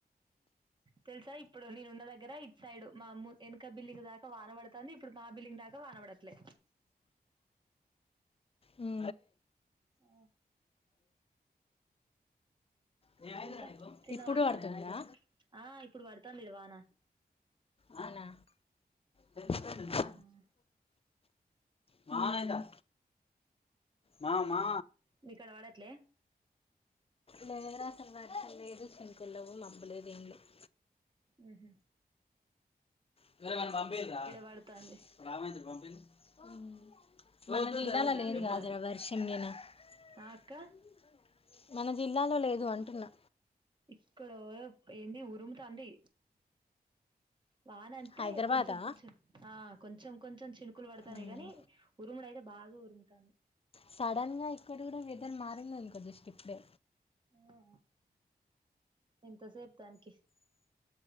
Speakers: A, on the right (about 30°); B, on the left (about 35°).
A: తెల్సా ఇప్పుడు నేను ఉన్న దాగ్ గ్గర ఇట్ సైడ్ మా అమ్ వెనక బిల్లింగ్ దాకా వానబడుతంది ఇప్పుడు మా బిల్లింగ్ దాకా వాన పడట్లే
B: ఊ
A: ఓ
B: నేను అయితేరా
A: ఇంకా
B: నీకు
A: తిన్నవ
B: ఇప్పుడు
A: అక్క
B: పడుతుందా
A: ఆ ఇప్పుడు పడుతు డుతంది గా వాన
B: అవునా టెన్త్ ఫ్రెండ్ ఉందా?
A: ఆహ్
B: మా <unintelligible> మా మా
A: మికాడ పడట్లే
B: లేదు రా అస్సలు వర్షం లేదు చినుకులు లేవు మబ్బులేదు ఏం లేదు
A: ఆహ
B: <unintelligible>
A: పడుతాంది ఉరుముతాంది ఇంకా ఆ అక్క
B: మన జిల్లాలో లేదు అంటున్నా.
A: ఇక్కడ ఏంది ఉరుము తాంది వాన అంతే
B: హైదరాబాదా
A: కొంచెం కొంచెం ఆహ్ కొంచెం కొంచెం చీను కులు పడతానయి
B: ఉమ్.
A: కాని ఉరుముడు అయితే బాగా ఉరుముతంది
B: సడన్ గా ఇక్కడ కూడా వెదర్ మారిందనుకో జస్ట్ ఇప్పుడే
A: ఆ ఎంతసేపు దానికి